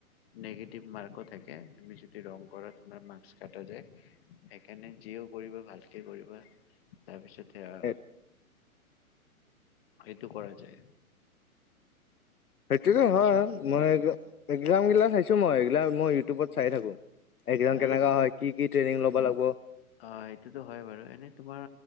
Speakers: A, on the left; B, on the left.
A: নিগেটিভ মাৰ্কও থাকে তুমি যদি ৰং ঘৰত তোমাৰ মাছ কাটা যায় সেইকাৰণে যিও কৰিবা ভালকে কৰিবা তাৰপিছত এতিয়া
B: উম
A: সেইটো কৰা যায়।
B: সেইটোতো
A: তাৰপিছত
B: হয় মই একজামগিলা চাইছোঁ মই এইগিলা মই ইউটিউবত চাই থাকো। এক্জাম
A: আৰু
B: কেনেকা
A: তোমাৰ
B: হয় কি কি ট্ৰেইনিং লবা লাগিব।
A: অ এইটোতো হয় বাৰু এনে তোমাৰ